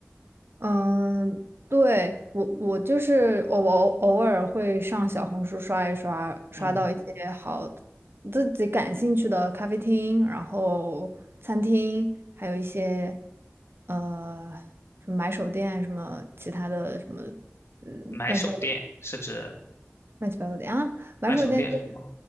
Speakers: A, on the right; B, on the left.
A: 嗯，对，我我就是我我偶尔会上小红书刷一刷，刷到一些好
B: 嗯，
A: 自己感兴趣的咖啡厅，然后餐厅，还有一些呃什么买手店啊，什么其他的什么，嗯，
B: 买手店是指
A: 乱七八糟。乱七八糟的啊，买手店就是
B: 买手店是什么？